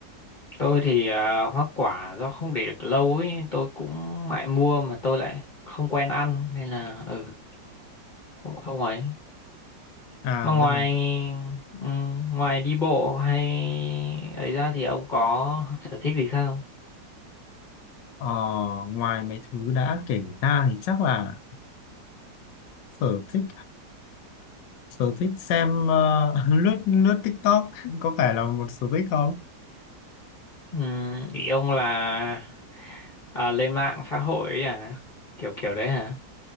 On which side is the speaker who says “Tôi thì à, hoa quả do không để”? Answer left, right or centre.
Left